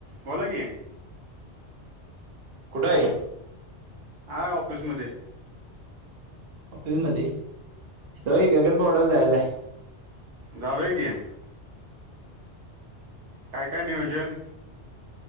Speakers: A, on the right; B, on the right.
A: बोला की.
B: कुठय?
A: हाय ऑफिसमध्ये.
B: ऑफिस मध्ये, <unintelligible> गगन बावड्याला जायचं?
A: जाऊया की. काय-काय नियोजन?